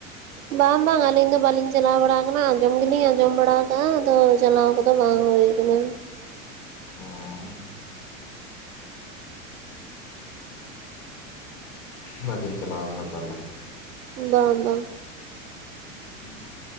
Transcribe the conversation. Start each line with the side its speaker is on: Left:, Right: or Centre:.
Right: ᱵᱟᱝ ᱵᱟᱝ ᱟᱹᱞᱤᱧ ᱫᱚ ᱵᱟᱞᱤᱧ ᱪᱟᱞᱟᱣ ᱵᱟᱲᱟ ᱟᱠᱟᱱᱟ ᱟᱸᱡᱚᱢ ᱜᱮᱞᱤᱧ ᱟᱸᱡᱚᱢ ᱵᱟᱲᱟ ᱟᱠᱟᱟᱜᱼᱟ ᱟᱫᱚ ᱪᱟᱞᱟᱣ ᱠᱟᱛᱮ ᱵᱟᱝ ᱦᱩᱭ ᱠᱟᱱᱟ᱾
Left: ᱚᱸ ᱵᱟᱵᱤᱱ ᱪᱟᱞᱟᱣ ᱠᱟᱱᱟ ᱛᱟᱦᱞᱮ᱾
Right: ᱵᱟᱝ ᱵᱟᱝ
Left: ᱦᱮᱸ